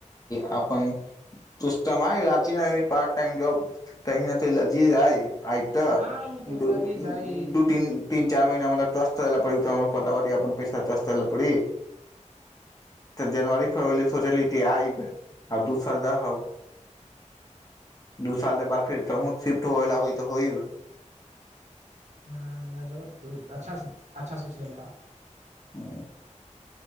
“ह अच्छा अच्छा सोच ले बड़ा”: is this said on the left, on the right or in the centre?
Right